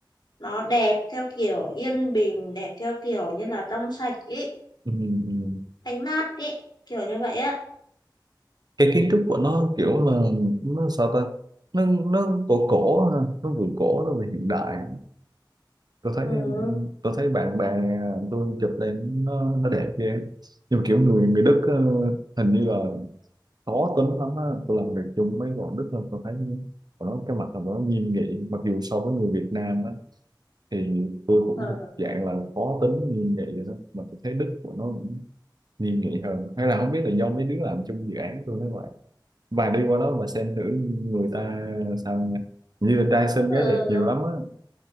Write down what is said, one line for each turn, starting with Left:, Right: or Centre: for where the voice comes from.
Left: nó đẹp theo kiểu yên bình đẹp theo kiểu như là trong sạch ý
Right: ừ, ừ.
Left: thanh mát ý kiểu như vậy á
Right: cái kiến trúc của nó kiểu là nó sao ta nó nó cổ cổ ha. nó vừa cổ nó vừa hiện đại tôi thấy
Left: ừ,
Right: tôi thấy bạn bè tôi chụp lên nó nó đẹp ghê nhưng mà kiểu người người Đức ờ, hình như là khó tính lắm á tôi làm việc chung với bọn Đức là tôi thấy bọn nó cái mặt là bọn nó nghiêm nghị mặc dù so với người Việt Nam á thì tôi cũng
Left: ờ,
Right: thuộc dạng là khó tính nghiêm nghị rồi đó mà tôi thấy Đức của nó cũng nghiêm nghị hơn hay là không biết là do mấy đứa làm chung dự án tôi nói vậy và đi qua đó mà xem thử người ta sao nha như là trai xinh
Left: ừ.
Right: gái đẹp nhiều lắm á